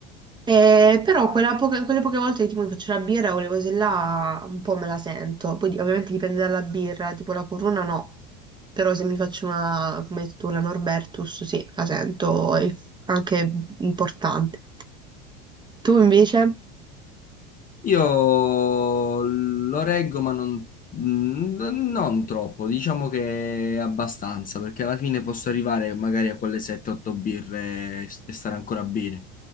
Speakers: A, on the right; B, on the left.
A: Eh, però quella poche- quelle poche volte che tipo mi faccio la birra, quelle cose là un po' me la sento. Poi di- ovviamente dipende dalla birra, tipo la Corona no. Però se mi faccio una, come hai detto tu, la Norbertus, sì, la sento, è anche importante. Tu invece?
B: Io lo reggo, ma non, n- non troppo, diciamo che abbastanza, perché alla fine posso arrivare magari a quelle 7-8 birre e s- e stare ancora bene.